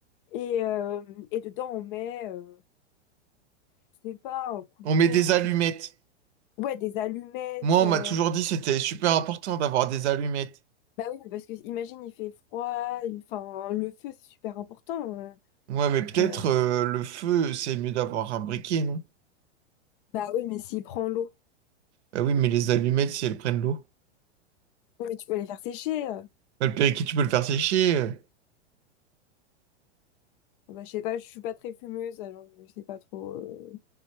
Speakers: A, on the left (about 50°); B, on the right (about 70°).
A: Et, euh, et dedans, on met, euh, je sais pas, un couteau,
B: On met des allumettes.
A: Ouais, des allumettes.
B: Moi,
A: euh,
B: on m'a toujours dit que c'était super important d'avoir des allumettes.
A: Bah oui, parce que imagine, il fait froid. il- Enfin, le feu, c'est super important. euh,
B: Ouais, mais peut-être
A: euh,
B: euh, le feu, c'est mieux d'avoir un briquet, non?
A: Bah oui, mais s'il prend l'eau,
B: Bah oui, mais les allumettes, si elles prennent l'eau.
A: oui, mais tu peux les faire sécher. euh.
B: Bah, le périquet, tu peux le faire sécher. euh.
A: Enfin, Bah, je sais pas, je suis pas très fumeuse, alors je sais pas trop. euh,